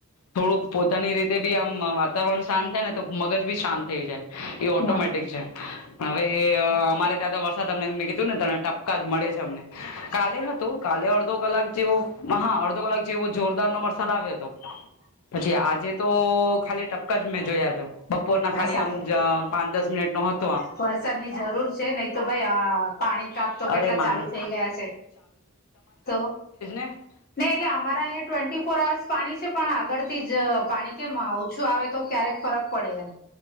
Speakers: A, on the left; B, on the left.
A: થોડુંક પોતાની રીતે બી આમ વાતાવરણ શાંત થાય ને તો મગજ બી શાંત થઈ જાય એ ઓટોમેટિક
B: હા
A: છે હવે અમારે ત્યાં તો વર્ષ તમને કીધું ને તને ટપકા જ મળે છે અમને કાલે હા હતો તો કલે અર્ધો અલગ. જેવો હા અડધો કલાક જેવો જોરદારનો વરસાદ આવ્યો હતો પછી આજે તો ખાલી ટપકા જ મેં જોયા હતા. બપોરના ખાલી
B: સારું
A: આમ પાંચ દસ મિનિટ મહત
B: વરસાદની જરૂર છે નહી તો ભાઈ પાણી કાપ તો કેટલા
A: અરે મારે
B: ચાલુ થઈ ગયા છે તો
A: હા
B: નહી એટલે અમારા અહીં ટ્વેન્ટી ફોર અર્સ પાણી છે પણ આગળ થી જ પાણી કેમ ઓછું આવે તો ક્યારેક ફરક પડે એમ